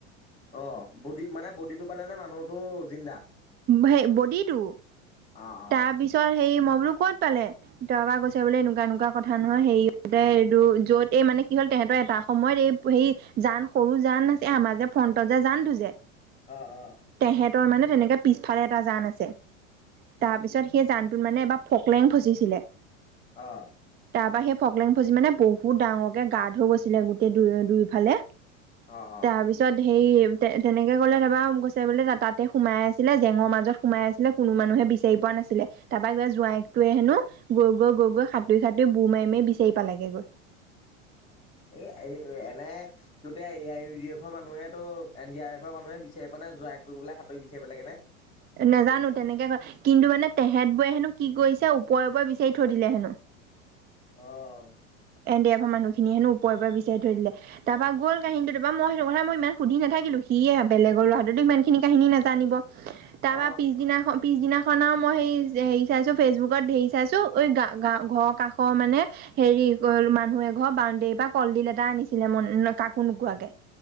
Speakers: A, on the left (about 15°); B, on the right (about 25°).
A: অ বুডি মানে বুডিটো পালে নে মানুহতো জিন্দা <unintelligible>
B: সেই বডি টো
A: অ অ।
B: তাৰপিছত সে মই লো ক'ত পালে তাৰ পৰা গৈছে বোলে একুৱা না কথা নহয় সেৰিতে এইটো য'ত এই মানে কি হ'ল সিহত এটা সময়ত এই সে জান সৰু জান আছে আমাৰ যে ফ্ৰণ্টত যে জানটো যে
A: অ অ
B: তেহেঁতৰ মানে তেনেকে পিছফালে এটা জান আছে তাৰপিছত সেই জানটোত মানে এবাৰ ফকলেং ফচিছিলে
A: আহ
B: তাৰপৰা সেই ফকলেং ফজি মানে বহুত ডাঙৰকে গাট হৈ গৈছিলে গোটেই দু দুইফালে
A: অ অ
B: তাৰপিছত সেই তেনেকে কলে তাবা কৈছে বোলে তাতে সোমাই আছিলে জেঙৰ মাজত সোমাই আছিলে কোনো মানুহে বি চাৰি পোৱা নাছিলে তাৰপা কিবা জোৱাইকটোৱে হেনো গৈ গৈ গৈ গৈ সাতুৰি কথাটো বু মাই মে বিচাৰি প লাগেগৈ
A: এ এনে ততিয়া এ আই ইউ ডি এফৰ মানুহেতটো এন ডি আৰ এফৰ মানুহে বিচাৰি পোৱা নাই। জোৱাইকটো বোলে সাঁতুৰি বিচাৰিব লাগে নে?
B: নাজানো তেনেকে কৈছে কিন্তু মানে তেহেত বোৰে হেনো কি কৰিছে ওপৰে ওপৰে বিচাৰি থৈ দিলে হেনো।
A: আহ
B: এ ড এফ মানুখিনিয়ে হেনো ওপৰে ওপৰে বিচাৰি থৈ দিলে তাৰপা গল কাহিনীটো তাৰ মই সেইটো কথা ইমান সুধি নাথাকিলো। সি যে বেলেগৰ লৰাটোতো ইমান খিনি কাহিনী নাজানিব তাৰপা
A: অ
B: পিছদিনা পিছদিনাখন মই হে হেৰি চাইছোঁ ফেচবুকত হেৰি চাইছোঁ ঘৰ কাষৰ মানে হেৰি মানুহ এঘৰ বাউণ্ডেৰী পাৰ কলডিল এটা আনিছিলে ম কাকো নোকোৱাকে